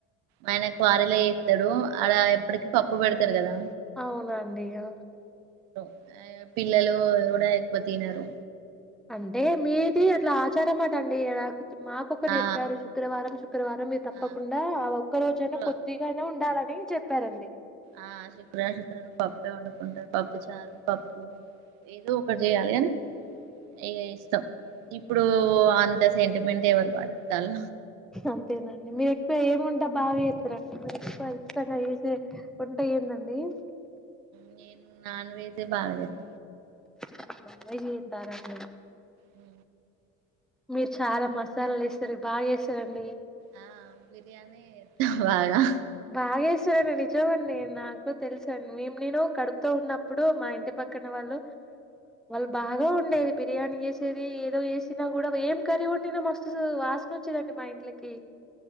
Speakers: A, on the right; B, in the centre.
A: ఆయన క్వారీలో ఏత్తడూ అలా ఎప్పడికి పప్పు బెడతరు గదా
B: అవునండి ఇగ
A: ఆ పిల్లలు గూడా ఎక్కువ తినరు
B: అంటే మీదీ అట్ల
A: ఎప్-
B: ఆచారం అటండి గదా మాక్ ఒకరు
A: ఆ
B: చెప్పారు శుక్రవారం శుక్రవారం మీరు తప్పకుండా
A: ఆ
B: ఆ ఒక్క రోజైనా
A: శుక్ర
B: కొద్దిగైనా ఉన్ డాలని చెప్పారండి
A: ఆ శుక్రార్ శుక్రారం పప్పే వండుకుంటరు పప్పు చారు, పప్పు, ఏదో ఒకటి జేయాల. ఎన్ ఇగ ఇస్టం ఇప్పుడు అంత సెంటిమెంట్ ఎవరు పాటిత్తాల్ల
B: అంతేనండి మీరు ఎక్కువ ఏం వంట బాగా జేత్తరండి మీరు ఎక్కువ ఇష్టంగా ఏసే ఒంట ఏందండి. డి
A: నేన్ నాన్ వెజే బాగ <inaudible>
B: <unintelligible> జేత్తారండి
A: ఉ
B: మీరు చాలా మసాలాలు ఏస్తరు బా జేస్సరండి
A: ఆ బిర్యానీ ఏత్త బాగా
B: బాగా చేస్తానండి నిజమ అండి నాకు తెలుసండి మేము నేను కడుపుతో ఉన్నప్పుడు మా ఇంటి పక్క క్కన వాలు వాళ్ళు బాగా వండేది బిర్యానీ చేసేది ఏదో చేసినా కూడా ఏం కర్రీ వండిన మస్తు వాస వాసన వచ్చేదండి మా ఇంట్లకి